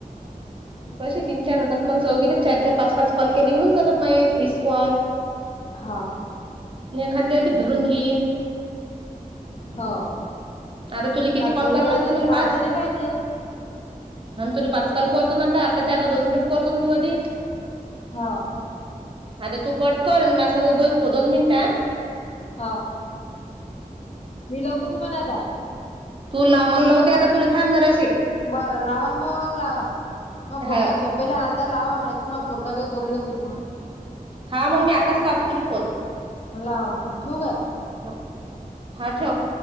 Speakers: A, on the right; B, on the left.
A: कसे तीन चार होतात मग चौघी ले चार चार पाच पाच कॉल केले होऊन जातात माये वीस कॉल
B: हा
A: आणि खांद्या अधिक धरून घेईन
B: हो
A: आता तुला किती
B: पाच
A: कॉल
B: जणी
A: कराला
B: पाहिजे
A: लागतात मला पाच
B: जणी पाहिजे
A: आणि तुला पाचकाल करतो ना आता आताच्या आता दोन खेप करतो मग आधी
B: हा
A: आता तू कट कर अन माझ्या सांग बोलतो दोन मिनिटं आ
B: हो मी लावू काय तुमाला आता
A: तु लाव मला लावू दे आता तुला थांब जराशी
B: बरं लावा मग लावा मग पोरगा
A: हा
B: झोप पहिले आता लावा म्ह त म पोरा काही बोलली नाही त मग
A: हा मग मी आताच लावतो तुला फोन
B: लाम शू का आहे
A: ह हा ठेव.